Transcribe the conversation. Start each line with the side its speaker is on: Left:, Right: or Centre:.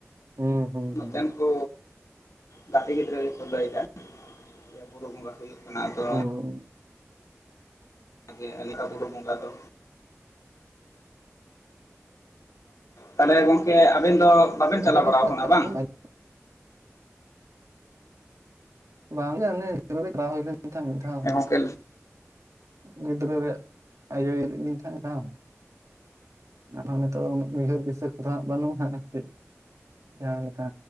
Right: ᱦᱩᱸ ᱦᱩᱸ
Left: ᱱᱚᱛᱮᱱ
Right: ᱦᱩᱸ
Left: ᱠᱚ ᱜᱟᱛᱮ ᱜᱤᱫᱽᱨᱟᱹ ᱜᱮᱠᱚ ᱞᱟᱹᱭ ᱫᱟ ᱵᱩᱨᱩ ᱵᱚᱸᱜᱟ ᱦᱩᱭᱩᱜ ᱠᱟᱱᱟ ᱟᱫᱚ
Right: ᱦᱩᱸ
Left: <unintelligible> ᱵᱩᱨᱩ ᱵᱚᱸᱜᱟ ᱫᱚ ᱛᱟᱞᱦᱮ ᱜᱚᱝᱠᱮ ᱟᱵᱮᱱ ᱫᱚ ᱵᱟᱵᱮᱱ
Right: ᱟᱹᱞᱤᱧ
Left: ᱪᱟᱞᱟᱣ ᱵᱟᱲᱟ
Right: ᱦᱚᱸ
Left: ᱠᱟᱱᱟ ᱵᱟᱝ?
Right: ᱵᱟᱝ ᱜᱮ ᱚᱱᱮ <unintelligible> ᱢᱤᱫ ᱫᱷᱟᱣ
Left: ᱦᱮᱸ ᱜᱚᱝᱠᱮ
Right: ᱜᱤᱫᱽᱨᱟᱹ ᱨᱮ ᱟᱭᱳᱭ ᱤᱫᱤ ᱞᱮᱫᱤᱧ ᱛᱟᱸᱦᱮ <unintelligible> ᱟᱨ ᱱᱤᱛᱚᱜ ᱫᱚ ᱩᱱᱟᱹᱜ ᱩᱭᱦᱟᱹᱨ ᱫᱤᱥᱟᱹ ᱠᱚᱫᱚ ᱵᱟᱹᱱᱩᱜᱼᱟ ᱦᱟᱸᱜ ᱟᱨᱠᱤ ᱡᱟᱦᱟᱸᱞᱮᱠᱟ